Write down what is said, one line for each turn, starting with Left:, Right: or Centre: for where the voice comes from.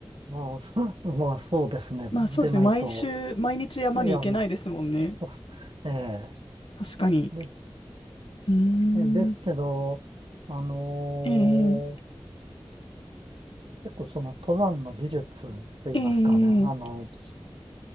Right: まあ、<laughs> まあそうですね。
Left: まあそうですね、
Right: でないと、
Left: 毎週、毎日山に行けないですもんね。
Right: いや、ね、<laughs> ええ
Left: 確かに。
Right: で、
Left: うーん、
Right: んですけど、あのー
Left: ええ
Right: 結構その登山の技術って言いますかね、
Left: ええ
Right: あの、ん